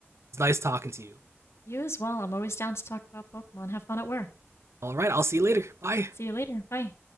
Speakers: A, on the right; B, on the left.
A: It's nice talking to you.
B: You as well. I'm always down to talk about Pokemon. Have fun at work.
A: All right, I'll see you later. Bye.
B: See you later. Bye.